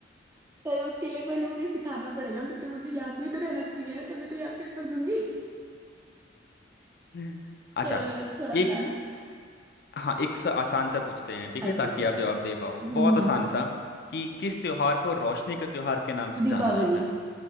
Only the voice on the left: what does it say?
<laughs> अच्छा
एक
हाँ एक सा आसान सा पूछते हैं ठीक है
ताकि
आप जवाब दे पाओ बहुत
आसान सा कि किस त्योहार को रोशनी के त्योहार के नाम से
जाना जाता है